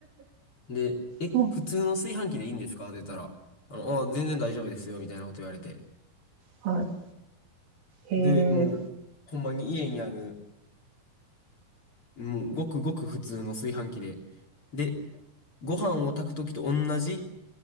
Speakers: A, on the left; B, on the right.
A: で、え、
B: そう。
A: 普通の炊飯器でいいんですかって言ったら、あの、あ、全然大丈夫ですよ、みたいなこと言われて。
B: はい。へえ、
A: で、もう、ほんまに家にある、もうごくごく普通の炊飯器で。で、ご飯を炊くときと同じ